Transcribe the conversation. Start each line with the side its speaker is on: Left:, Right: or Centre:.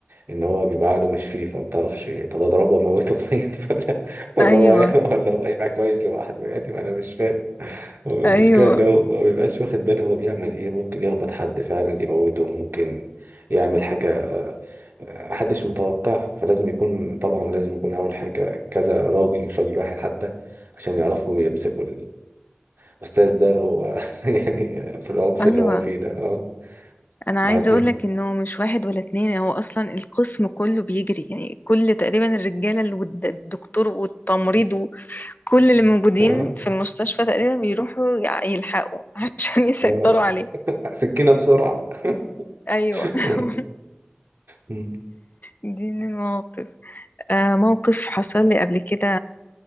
Right: ان هو بيبقى عقله مش فيه فما تعرفش إيه، طب اضربه واموته طيب <laughs> ولا ولا
Left: ايوه
Right: هو هي- ولا هو هيبقى كويس لوحده يعني ما انا مش فاهم هو المشكله
Left: ايوه
Right: اللي هو ما بيبقاش واخد باله هو بيعمل ايه ممكن يخبط حد فعلا يموته ممكن يعمل حاجه محدش متوقعها فلازم يكون طبعا لازم يكون اول حاجه كذا راجل مش راجل واحد حتى عشان يعرفوا يمسكوا الاستاذ ده هو <laughs> يعني في العنف
Left: ايوه
Right: اللي هو فيه ده اه
Left: انا
Right: بعدين
Left: عايزه اقول لك انه مش واحد ولا اتنين هو اصلا القسم كله بيجري يعني كل تقريبا الرجاله اللي والد- الدكتور والتمريض وكل اللي موجودين
Right: اه
Left: في المستشفى تقريبا بيروحوا يع- يلحقوا <laughs> عشان يسيطروا
Right: آه،
Left: عليه
Right: سكينه بسرعه
Left: ايوه
Right: <laughs>
Left: <laughs>
Right: مم.
Left: دي من المواقف آه موقف حصل لي قبل كده